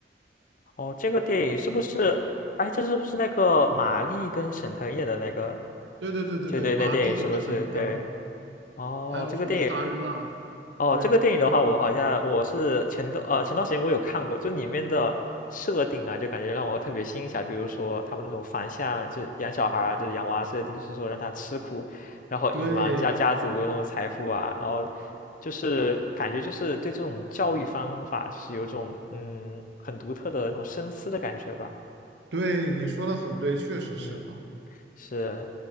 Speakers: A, on the left; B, on the right.
A: 哦，这个电影是不是？哎，这是不是那个马丽跟沈腾演的那个？
B: 对对对对对，
A: 就对，
B: 玛丽也是很疼。
A: 那电影是不是？对。哦，
B: 还有什么萨日纳？
A: 这个电影哦，
B: 对，
A: 这个电影的话，我好像我是前段呃前段时间我有看过，就里面的设定啊，就感觉让我特别欣赏。比如说他们那种反向，就是养小孩儿啊，就是养娃设定，就是说让他吃苦，然后隐瞒家家族那种财富啊，
B: 对
A: 然后就是感觉就是对这种教育方法，就是有一种嗯很独特的那种深思的感觉吧。
B: 对，你说的很对，确实是嘛。
A: 嗯，是，